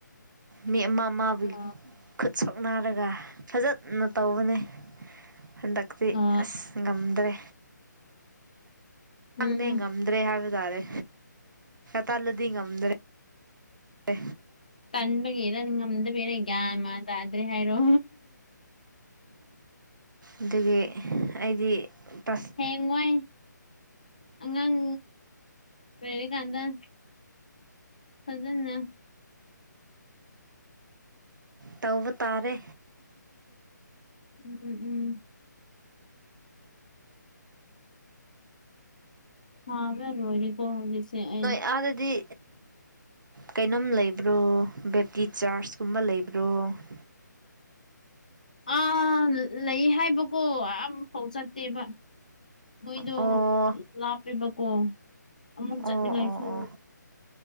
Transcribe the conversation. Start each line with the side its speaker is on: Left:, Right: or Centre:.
Right: ꯃꯤ ꯑꯃ ꯑꯃꯕꯨꯒꯤ
Left: ꯑ
Right: ꯈꯨꯠ ꯁꯥꯎꯅꯔꯒ ꯐꯖꯅ ꯇꯧꯕꯅꯦ ꯍꯟꯗꯛꯇꯤ
Left: ꯑ
Right: ꯑꯁ ꯉꯝꯗ꯭ꯔꯦ
Left: ꯎꯝ
Right: ꯥꯡꯅꯦ ꯉꯝꯗ꯭ꯔꯦ ꯍꯥꯏꯕ ꯇꯥꯔꯦ ꯇꯜꯂꯗꯤ ꯉꯝꯗ꯭ꯔꯦ ꯇ
Left: ꯇꯟꯕꯒꯤꯔ ꯉꯝꯗꯕꯤꯦꯔ ꯀꯒ ꯃꯥ ꯇꯥꯗ꯭ꯔꯦ ꯍꯥꯏꯔꯣ
Right: ꯑꯗꯨꯒꯤ ꯑꯩꯗꯤꯥꯁ
Left: ꯦꯡꯋꯥꯏ ꯑꯉꯥꯡ ꯄꯔꯀꯥꯟꯗ <unintelligible> ꯐꯖꯅ
Right: ꯇꯕꯨꯕ ꯇꯥꯔꯦ
Left: ꯎꯝ ꯎꯝ ꯍꯥꯕ ꯂ ꯑꯣꯏꯔꯦꯀꯣ ꯍꯧꯖꯤꯛꯁꯦ ꯑꯩ
Right: ꯑꯗꯗꯤ ꯀꯩꯅꯣꯝ ꯂꯩꯕ꯭ꯔꯣ ꯕꯦꯞꯇꯤ ꯆꯥꯔꯆꯀꯨꯝꯕ ꯂꯩꯕ꯭ꯔꯣ <inaudible>
Left: ꯑꯥ ꯂꯩ ꯍꯥꯏꯕꯀꯣ ꯑꯐꯥꯎ ꯆꯠꯇꯦꯕ ꯃꯣꯏꯗꯣ
Right: ꯑꯣ
Left: ꯂꯥꯞꯄꯦꯕꯀꯣ ꯑꯃꯨꯛ
Right: ꯑꯣ
Left: ꯆꯠꯅꯤꯡꯉꯥꯏꯁꯨ
Right: ꯑꯣ ꯑꯣ ꯑꯣ